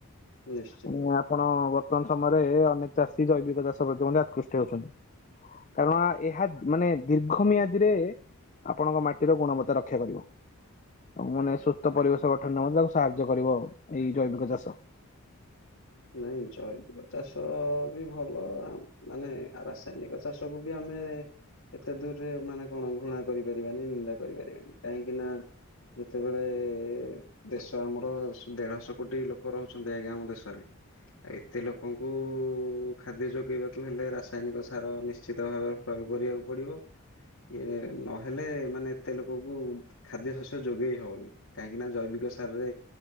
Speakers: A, on the left; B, on the left.
A: ନିଶ୍ଚିତ।
B: ଉ ଆଁ ପଣ ବର୍ତ୍ତମାନ ସମୟରେ ଅନେକ ଚାଷୀ ଜୈବିକ ଚାଷ ପ୍ରତି ମଧ୍ୟ ଆକୃଷ୍ଠୀ ହେଉଛନ୍ତି। କାରଣ ଏହା ମାନେ ଦୀର୍ଘ ମିିଆଦିରେ ଆପଣଙ୍କ ମାଟିର ଗୁଣମତ୍ତା ରକ୍ଷା କରିବ ମନେ ସୁସ୍ଥ ପରିବେଶ ଗଠନଅ ଦ ସାହାଯ୍ୟ କରିବ ଏଇ ଜୈବିକ ଚାଷ।
A: ନାଇଁ ଜୈବିକ ଚାଷ ବି ଭଲ ଆମ୍ ମାନେ ଆ ରାସାୟନିକ ଚାଷ କୁ ବି ଆମେ ଏତେ ଦୂରେ ମାନେ କଣ ଘୃଣା କରିପାରିବାନି ନିନ୍ଦା କରିପାରିବାନି କାହିଁକି ନା ଯେତେବେଳେ ଦେଶ ଆମର ସ ଦେଢଶହ କୋଟି ଲୋକ ରହୁଛନ୍ତି ଆଜ୍ଞା ଆମ ଦେଶରେ। ଆ ଏତେ ଲୋକଙ୍କୁ ଖାଦ୍ୟ ଯୋଗେଇବାକୁ ହେଲେ ରାସାୟନିକ ସାର ନିଶ୍ଚିତ ଭାବେ ପ୍ରୟୋଗ କରିବାକୁ ପଡିବ ଇଏ ନହେଲେ ମାନେ ଏତେ ଲୋକୋକୁ ଖାଦ୍ୟ ଶସ୍ୟ ଯୋଗେଇ ହବନି କାହିଁକି ନା ଜୈବିକ ସାରରେ